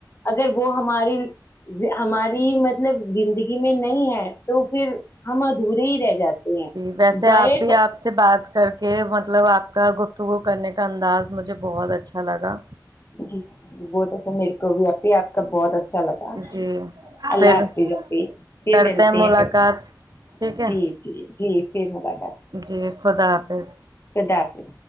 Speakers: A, on the left; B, on the right.
A: اگر وہ ہماری ہماری مطلب زندگی میں نہیں ہے تو پھر ہم ادھورے ہی رہ جاتے ہیں
B: جی ویسے
A: گائک
B: آپ بھی آپ سے بات کر کے مطلب آپ کا گفت تو وہ کرنے کا انداز مجھے بہت اچھا لگا
A: جی جی بہت اچھا میرے کو بھی آ ہی آپ کا بہت اچھا اچھا لگا
B: جی
A: اللہ
B: پھر
A: حافظ پھر
B: کرتے
A: ملتے
B: ملاقات
A: ہیں کبھی
B: ٹھیک ہے
A: جی جی جی پھر م
B: جی خدا حافظ
A: خدا حافظ